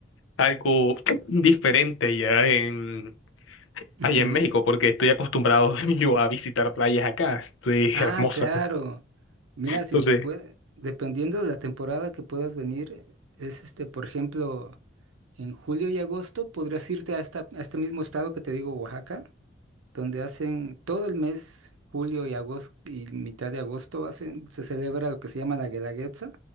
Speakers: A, on the left (about 80°); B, on the right (about 85°).
A: algo <clears throat> diferente allá en,
B: Ujú.
A: allá en México, porque estoy acostumbrado <laughs> yo a visitar playas acá. es
B: Ah,
A: hermosa.
B: claro. Mira,
A: Entonces...
B: si puede, dependiendo de la temporada que puedas venir, es este, por ejemplo, en julio y agosto podrías irte a, esta, a este mismo estado que te digo, Oaxaca, donde hacen todo el mes, julio y agosto y mitad de agosto hacen, se celebra lo que se llama la Guelaguetza,